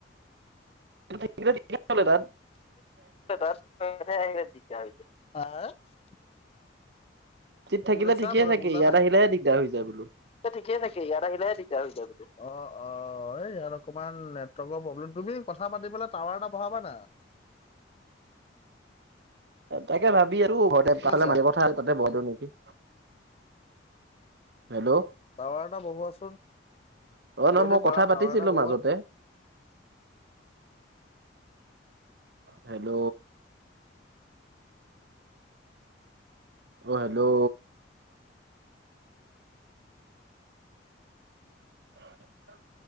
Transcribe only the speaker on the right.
মানুহ থাকিলে দিগদাৰ হ'ল হয় তাত।
ঠিক থাকিলে
ঠিকে থাকে
ইয়াত
আহিলেহে দিগদাৰ হৈ যায় বোলো।
তাকে ভাবি আৰু ঘৰতে <unintelligible>
তাতে বৰ দিওঁ নেকি। হেল্ল'
অ নহ
মই
কথা পাতিছিলো
মাজতে। হেল্ল'। অ হেল্ল'। <unintelligible>